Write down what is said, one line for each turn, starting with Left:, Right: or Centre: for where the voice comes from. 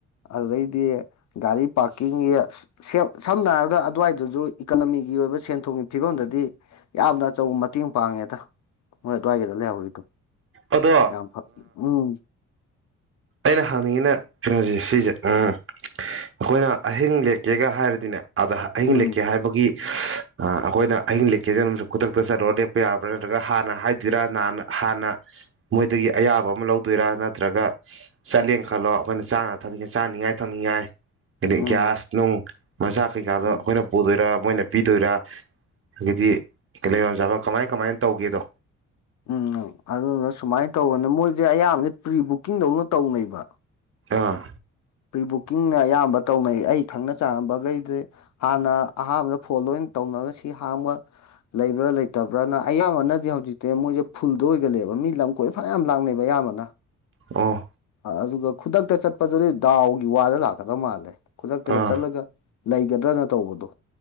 Left: ꯑꯗꯨꯗꯩꯗꯤ ꯒꯥꯔꯤ ꯄꯥꯔꯀꯤꯡꯒꯤ ꯁꯦꯕ ꯁꯝꯅ ꯍꯥꯏꯔꯕꯗ ꯑꯗ꯭ꯋꯥꯏꯗꯖꯨ ꯏꯀꯅꯃꯤ ꯒꯤ ꯑꯣꯏꯕ ꯁꯦꯟ ꯊꯨꯝꯒꯤ ꯐꯤꯕꯝꯗꯗꯤ ꯌꯥꯝꯅ ꯑꯆꯧꯕ ꯃꯇꯦꯡ ꯄꯥꯡꯉꯦꯗ ꯍꯣꯏ ꯑꯗꯨ꯭ꯋꯥꯏꯒꯤꯗ ꯂꯩꯍꯧꯔꯤꯗꯣ
Right: ꯑꯗꯣ
Left: ꯌꯥꯝ ꯐ ꯎꯝ
Right: ꯑꯩꯅ ꯍꯪꯅꯤꯡꯉꯤꯅꯥ ꯀꯩꯅꯣꯖꯦ ꯁꯤꯖꯦ ꯎꯝ ꯑꯈꯣꯏꯅ ꯑꯍꯤꯡ ꯂꯦꯛꯀꯦꯒ ꯍꯥꯏꯔꯗꯤꯅꯦ ꯑꯥꯗ ꯑꯍꯤꯡ
Left: ꯎꯝ
Right: ꯂꯦꯛꯀꯦ ꯍꯥꯏꯕꯒꯤ ꯑꯥ ꯑꯈꯣꯏꯅ ꯑꯍꯤꯡ ꯂꯦꯛꯀꯦꯖꯨ ꯗꯨꯝ ꯈꯨꯗꯛꯇ ꯆꯠꯂꯨꯔ ꯂꯦꯛꯄ ꯌꯥꯕ꯭ꯔꯥ ꯅꯠꯇ꯭ꯔꯒ ꯍꯥꯟꯅ ꯍꯥꯏꯗꯤꯔꯥꯥꯅ ꯍꯥꯟꯅ ꯃꯣꯏꯗꯒꯤ ꯑꯌꯥꯕ ꯑꯃ ꯂꯧꯗꯣꯏꯔꯥ ꯅꯠꯇ꯭ꯔꯒ ꯆꯠꯂꯦꯅ ꯈꯜꯂꯣ ꯑꯈꯣꯏꯅ ꯆꯥꯅ ꯊꯛꯅꯤꯡ ꯆꯥꯅꯤꯡꯉꯥꯏ ꯊꯛꯅꯤꯡꯉꯥꯏ ꯑꯗꯩ
Left: ꯎꯝ
Right: ꯒ꯭ꯌꯥꯁ ꯅꯨꯡ ꯃꯆꯥꯛ ꯀꯩꯀꯥꯗꯣ
Left: ꯎꯝ
Right: ꯑꯈꯣꯏꯅ ꯄꯨꯗꯣꯏꯔ ꯃꯣꯏꯅ ꯄꯤꯗꯣꯏꯔꯥ ꯑꯘꯒꯤꯗꯤ ꯂꯩꯕꯝ ꯆꯥꯕꯝ ꯀꯃꯥꯏ ꯀꯃꯥꯏꯅ ꯇꯧꯒꯦꯗꯣ
Left: ꯎꯝ ꯑꯗꯨꯗꯨꯅ ꯁꯨꯃꯥꯏꯟ ꯇꯧꯕꯅꯤ ꯃꯣꯏꯖꯦ ꯑꯌꯥꯝꯕꯗꯤ ꯄ꯭ꯔꯤ ꯕꯨꯀꯤꯡꯗꯧꯅ ꯇꯧꯅꯩꯕ
Right: ꯑꯥ
Left: ꯄ꯭ꯔꯤ ꯕꯨꯛꯀꯤꯡꯅ ꯑꯌꯥꯝꯕ ꯇꯧꯅꯩ ꯑꯩ ꯈꯪꯅ ꯆꯥꯟꯅꯕꯒꯩ ꯗꯤ ꯍꯥꯟꯅ ꯑꯍꯥꯟꯕꯗ ꯐꯣꯟ ꯂꯣꯏꯅ ꯇꯧ ꯅꯔ ꯁꯤ ꯍꯥꯡꯕ ꯂꯩꯕ꯭ꯔꯥ ꯂꯩꯇ ꯭ꯕꯔꯅ ꯑꯌꯥꯝꯕꯅꯗꯤ ꯍꯧꯖꯤꯛꯇꯤ ꯃꯣꯏꯖꯦ ꯐꯨꯜꯗ ꯑꯣꯏꯒꯜꯂꯦꯕ ꯃꯤ ꯂꯝ ꯀꯣꯏꯕ ꯐꯅ꯭ꯌꯥꯝ ꯂꯥꯡꯅꯩꯕ ꯑꯌꯥꯝꯕꯅ
Right: ꯑꯣ
Left: ꯑꯗꯨꯒ ꯈꯨꯗꯛꯇ ꯆꯠꯄꯗꯨꯗꯤ ꯗꯥꯎꯒꯤ ꯋꯥꯗ ꯂꯥꯛꯀꯗꯕ ꯃꯥꯜꯂꯦ ꯈꯨꯗꯛꯇꯒ
Right: ꯑꯥ
Left: ꯆꯠꯂꯒ ꯂꯩꯒꯗ꯭ꯔꯅ ꯇꯧꯕꯗꯣ